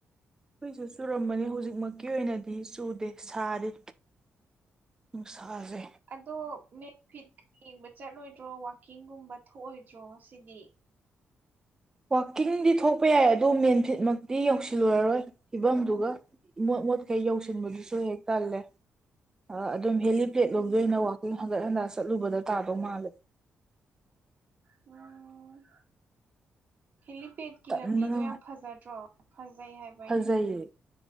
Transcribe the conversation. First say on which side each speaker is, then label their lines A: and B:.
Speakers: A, on the right (about 15°); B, on the right (about 45°).
A: ꯑꯩꯈꯣꯏꯁꯨ ꯆꯨꯔꯝꯕꯅꯦ ꯍꯧꯖꯤꯛꯃꯛꯀꯤ ꯑꯣꯏꯅꯗꯤ ꯆꯨꯗꯦ ꯁꯥꯔꯤ ꯅꯨꯡꯁꯥꯁꯦ
B: ꯑꯗꯣ <unintelligible> ꯌꯦꯡꯕ ꯆꯠꯂꯣꯏꯗ꯭ꯔꯣ ꯋꯥꯛꯀꯤꯡꯒꯨꯝꯕ ꯊꯣꯛꯑꯣꯏꯗ꯭ꯔꯣ ꯉꯁꯤꯗꯤ
A: ꯋꯥꯛꯀꯤꯡꯗꯤ ꯊꯣꯛꯄ ꯌꯥꯏ ꯑꯗꯨ ꯃꯦꯟ ꯐꯤꯠꯃꯛꯇꯤ ꯌꯧꯁꯤꯜꯂꯨꯔꯔꯣꯏ ꯐꯤꯕꯝꯗꯨꯒ ꯃꯣꯠ ꯃꯣꯠꯈꯩ ꯌꯧꯁꯤꯟꯕꯗꯨꯁꯨ ꯍꯦꯛ ꯇꯜꯂꯦ ꯑꯥ ꯑꯗꯨꯝ ꯍꯦꯂꯤꯄꯦꯠ
B: ꯎꯝ
A: ꯂꯣꯝꯗ ꯑꯣꯏꯅ ꯋꯥꯛꯀꯤꯡ ꯍꯟꯒꯠ ꯍꯟꯗ ꯆꯠꯂꯨꯕꯗ ꯇꯥꯗꯧ ꯃꯥꯜꯂꯦ
B: ꯎꯝ ꯍꯦꯂꯤꯄꯦꯗꯀꯤ
A: ꯇꯟꯕꯅ
B: ꯂꯝꯕꯤꯗꯣ ꯌꯥꯝ ꯐꯖꯗ꯭ꯔꯣ ꯐꯖꯩ ꯍꯥꯏ
A: ꯐꯖꯩꯌꯦ